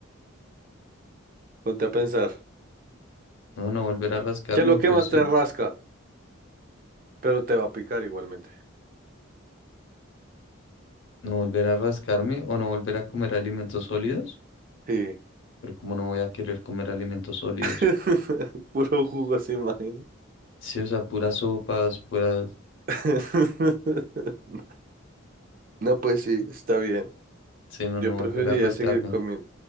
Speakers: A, on the right; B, on the left.
A: Ponte a pensar.
B: No, no volver a rascarme,
A: ¿Qué es lo que
B: pues
A: más
B: sí.
A: te rasca? Pero te va a picar igualmente.
B: No volver a rascarme o no volver a comer alimentos sólidos.
A: Sí.
B: Pero como no voy a querer comer alimentos sólidos.
A: <laughs> Puro jugo, se imagina.
B: Sí, o sea, puras sopas, puras...
A: <laughs> No, pues sí, está bien.
B: Si no,
A: Yo
B: no
A: preferiría
B: volver a rascarme.
A: seguir comiendo.